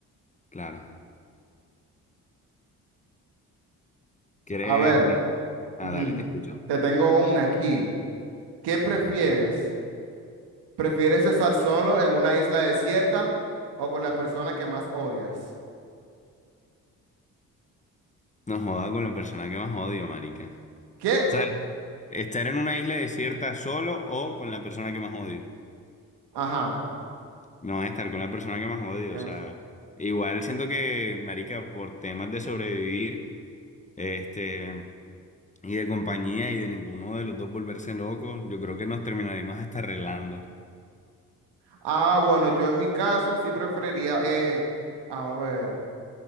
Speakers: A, on the left; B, on the right.
A: Claro. ¿Quieres?
B: A ver,
A: mi- Ah,
B: ujú,
A: dale, te escucho.
B: te tengo una aquí. ¿Qué prefieres? ¿Prefieres estar solo en una isla desierta o con la persona que más odias?
A: No joda con la persona que más odio, marica.
B: ¿Qué?
A: O sea, estar en una isla desierta solo o con la persona que más odio.
B: Ajá,
A: No, estar con la persona que más odio.
B: ya
A: O sea,
B: va solo.
A: igual siento que, marica, por temas de sobrevivir, este... y de compañía y de ninguno de los dos volverse loco, yo creo que nos terminaríamos hasta arreglando.
B: Ah, bueno, yo en mi caso sí preferiría, eh, a ver.